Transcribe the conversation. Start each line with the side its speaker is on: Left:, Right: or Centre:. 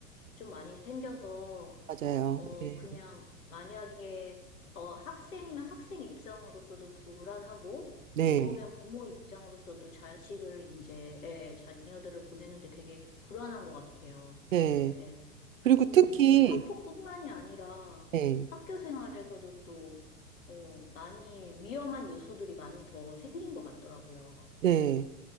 Left: 좀 많이 생겨서,
Right: 맞아요.
Left: 어,
Right: 네,
Left: 그냥 만약에, 어, 학생이면 학생 입장으로서도 불안하고,
Right: 네,
Left: 부모면 부모 입장으로서도 자식을 이제, 예, 자녀들을 보내는데 되게 불안한 것 같아요.
Right: 네.
Left: 예.
Right: 그리고
Left: 그리고
Right: 특히
Left: 요즘에 학폭뿐만이 아니라
Right: 네,
Left: 학교 생활에서도 또, 어, 많이 위험한 요소들이 많이 더 생긴 것 같더라고요.
Right: 네.